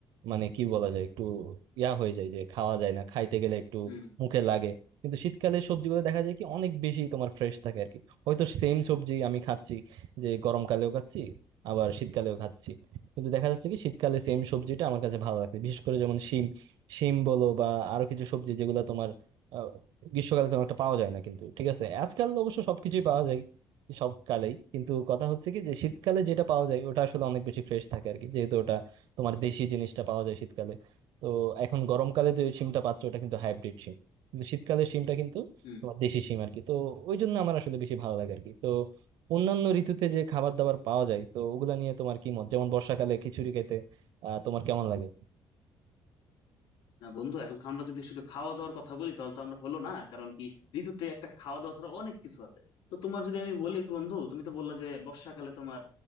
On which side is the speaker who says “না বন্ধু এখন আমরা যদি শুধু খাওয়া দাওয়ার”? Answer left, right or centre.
Left